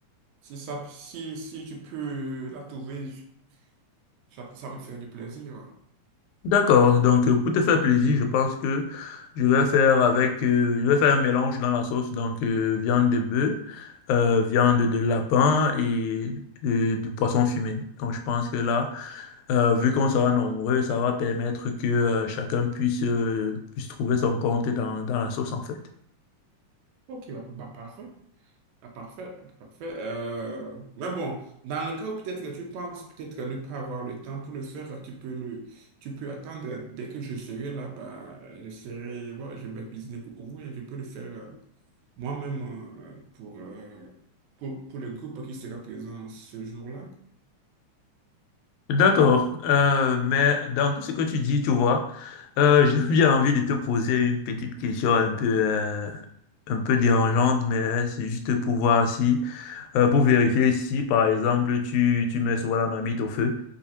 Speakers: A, on the right; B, on the left.
A: Si ça, si, si tu peux la trouver, je- ça, ça me fait du plaisir. hein.
B: D'accord, donc euh, pour te faire plaisir, je pense que je vais faire avec, euh, je vais faire un mélange dans la sauce, donc euh, viande de bœuf, euh, viande de lapin et euh, du poisson fumé. Donc je pense que là, Euh, vu qu'on sera nombreux, ça va permettre que euh, chacun puisse, euh, puisse trouver son compte dans, dans la sauce, en fait.
A: Ok, bah, bah, parfait. Ah, parfait, parfait. Euh, mais bon, dans le cas où peut-être tu penses peut-être ne pas avoir le temps pour le faire, tu peux le, tu peux attendre dès que je serai là-bas. Je serai, bon, je vais cuisiner pour vous et je peux le faire. euh, Moi-même, euh, pour, euh, pour, pour le groupe qui sera présent ce jour-là,
B: D'accord, Euh, mais dans tout ce que tu dis, tu vois, euh, <laughs> j'ai bien envie de te poser une petite question un peu, euh, un peu dérangeante, mais euh, c'est juste pour voir si, euh, pour vérifier si, par exemple, tu, tu mets souvent la marmite au feu.